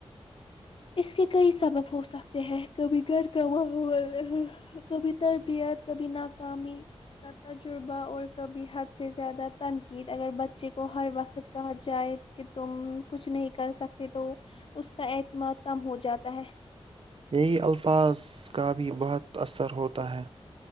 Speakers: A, on the left; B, on the right.
A: اس کے کئی سبب ہو سکتے ہیں کبھی گ کاں بول کبھی تربیت کبھی ناکامی کا تجربہ اور کبھی حد سے زیادہ تنقید اگر بچے کو ہر وقت کہا جائے کہ تم کچھ نہیں کر سکتے تو اس کا اعتماد کم ہو جاتا ہے
B: یہی الفاظ کا بھی بہت اثر ہوتا ہے